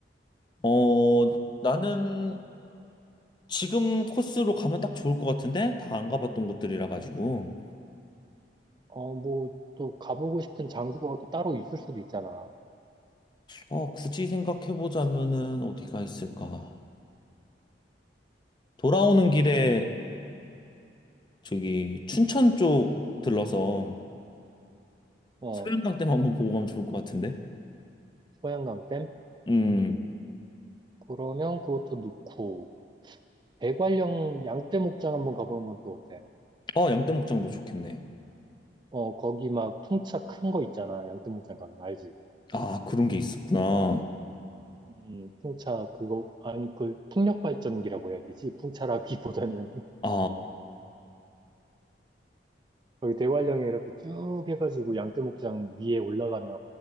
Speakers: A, on the left (about 25°); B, on the right (about 25°).
A: 어, 나는 지금 코스로 가면 딱 좋을 것 같은데? 다 안 가봤던 곳들이라 가지고.
B: 어, 뭐 또 가보고 싶은 장소가 또 따로 있을 수도 있잖아.
A: 어, 굳이 생각해보자면은 어디가 있을까? 돌아오는 길에 저기 춘천 쪽 들러서
B: 어,
A: 소양강댐 한번 보고 가면 좋을 것 같은데?
B: 소양강 댐?
A: 음,
B: 그러면 그것도 넣고, 대관령 양떼 목장 한번 가보는 건 또 어때?
A: 어, 양떼목장도 좋겠네.
B: 어, 거기 막 풍차 큰 거 있잖아. 양떼 목장 가면 알지?
A: 아, 그런 게 있었구나.
B: 음, 풍차 그거, 아니, 그 풍력 발전기라고 해야 되지? 풍차라기보다는
A: 아,
B: 거기 대관령에 이렇게 쭉 해가지고 양떼목장 위에 올라가면